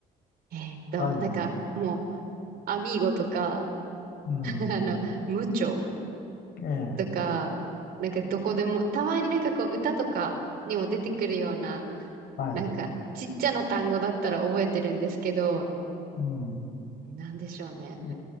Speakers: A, on the right; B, on the left.
A: えーっと、
B: はい。
A: なんかもう、アミーゴとか、
B: うん。
A: <laughs> あの、ムチョ。
B: ええ、
A: とか、なんかどこでも、たまになんかこう歌とかにも出てくるような、
B: はい。
A: なんかちっちゃな単語だったら覚えてるんですけど、
B: うん。
A: なんでしょうね。
B: ええ、